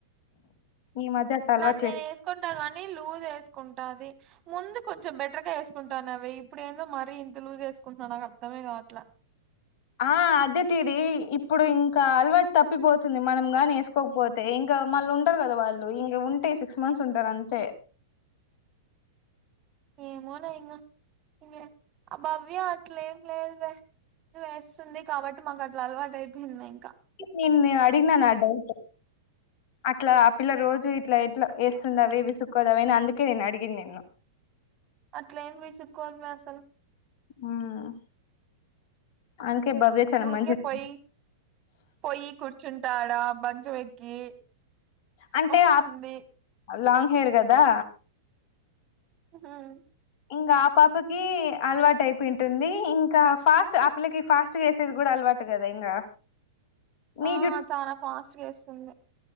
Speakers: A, on the left (about 45°); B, on the right (about 35°).
A: ఈ మధ్య అట్ట అలవాటు
B: అది
A: చే
B: నేను వేసుకుంటా గాని లూజ్ వేసుకుంటా అది ముందు కొంచెం బెటర్ గా వేసుకుంటాను అవి ఇప్పుడు ఏందో మరీ ఇంత లుజ్ వేసుకుంటున్నాను నాకు అర్ధమే కావట్లా
A: ఆ అదేటిడి ఇప్పుడు ఇంకా అలవాటు తప్పిపోతుంది మనం గానే వేసుకోకపోతే ఇంకా మళ్ళ ఉండరు కదా వాళ్ళు ఇంగ ఉంటే సిస్ మంత్స్ ఉంటారు అంతే
B: ఏమోలే ఇంగ ఇ ఆ భవ్య అట్లే ఏం లేదు లే వేస్తుంది కాబట్టి మాకు అట్లా అలవాటు అయిపోయిందియి
A: నేను నిన్న అడిగానని ఆ డౌట్ అట్లా ఆ పిల్ల రోజు ఇట్లా ఎట్లా వేస్తుంద విసుక్కోదావ అని అందుకే నేను అడిగింది నేను <inaudible>
B: అట్ల ఏం విసుకోదు వే అసలు
A: ఉమ్ అండ్ భవ్య చాలా
B: ఊరికే
A: మంచిది
B: పొయ్యి పొయ్యి కూర్చుంటాడా మంచం ఎక్కి
A: అంటే
B: వస్తుంది
A: ఆ లాంగ్ హెయిర్ కదా
B: హ
A: ఇంకా ఆ పాపకి అలవాటు అయిపోయి ఉంటుంది ఇంకా ఫాస్ట్ ఆపిలకి ఫాస్ట్ చేసేది కూడా అలావా టు కదా ఇంకా నీ
B: ఆ
A: జుట్టు
B: చాలా ఫాస్టుగా వేస్తుంది